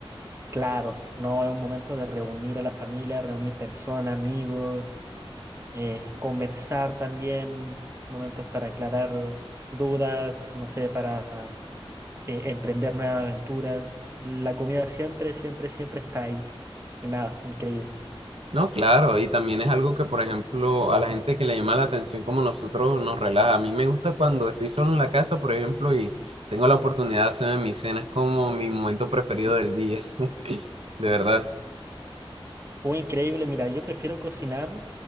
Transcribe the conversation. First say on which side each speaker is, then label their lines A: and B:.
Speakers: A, on the right; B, on the right.
A: Claro, no, es un momento de reunir a la familia, reunir personas, amigos, eh, conversar también, momentos para aclarar dudas, no sé, para eh, emprender nuevas aventuras. La comida siempre, siempre, siempre está ahí. Y nada, increíble.
B: No, claro, y también es algo que, por ejemplo, a la gente que le llama la atención como nosotros nos relaja. A mí me gusta cuando estoy solo en la casa, por ejemplo, y tengo la oportunidad de hacerme mi cena, es como mi momento preferido del día, <laughs> de verdad.
A: Uy, increíble, mira, yo prefiero cocinar